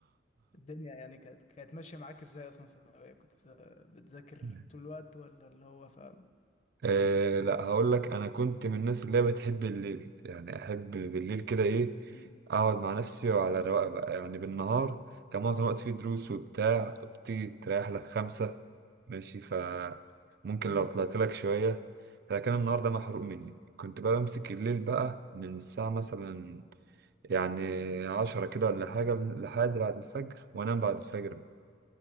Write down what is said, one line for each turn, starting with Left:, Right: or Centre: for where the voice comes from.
Left: الدنيا يعني كانت كانت ماشية معاك ازاي اصلا ثانوية كنت بس- بتذاكر
Right: <laughs>
Left: طول الوقت ولا اللي هو فاهم
Right: أه لا هقول لك انا كنت من الناس اللي هي بتحب الليل يعني احب بالليل كده ايه
Left: امم
Right: اقعد مع نفسي وعلى رواقه بقى يعني بالنهار كان معظم الوقت فيه دروس وبتاع بتيجي تريح لك خمسة ماشي ف ممكن
Left: امم
Right: لو طلعت لك شوية فكان النهار ده محروق مني كنت بقى بمسك الليل بقى من الساعة مثلا يعني عشرة كده ولا حاجة لحد بعد الفجر وانام بعد الفجر